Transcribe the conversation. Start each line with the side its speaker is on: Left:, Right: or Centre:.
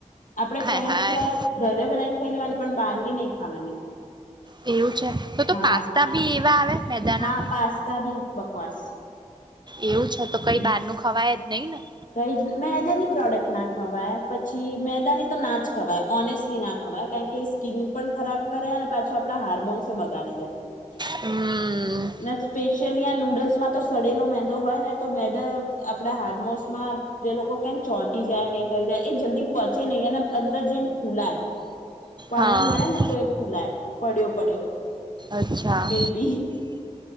Left: આપડે
Right: હાય
Left: ફ્રેન્ચ
Right: હાય
Left: ફ્રાય ઘરે બનાવીને ખાઈ લેવાની પણ બહાર ની નહી ખાવાની
Right: એવું છે તો તો
Left: હા
Right: પાસ્તા બી આવે? મેદાના
Left: હા પાસ્તા ભી બકવાસ.
Right: એવું છે તો કઈ
Left: હમ
Right: બહાર નું ખવાય નહી ના?
Left: કઈ મેદાની પ્રોડક્ટ ના ખવાય પછી મેદાની તો ના જ ખવાય ઓનેસ્ટલી ના ખવાય કારણ કે સ્કીિન પણ ખરાબ કરે અને પાછો આપડા હાર્મોન્સ બગાડી દે
Right: હમ
Left: અને સ્પેશિયલી હ આ નૂડલ્સમાં તો સડેલો મેંદો હોય ને તો મેંદા આપડા હાર્મોન્સ જે લોકો કમ ચોટી જાય નહી કરી જાય એ જલ્દી પોચે નહીં અને અંદર જેમ ફૂલાય પાણી
Right: હા
Left: મળે ને તો એ ફૂલાય પડ્યો પડ્યો.
Right: અચ્છા
Left: મે બી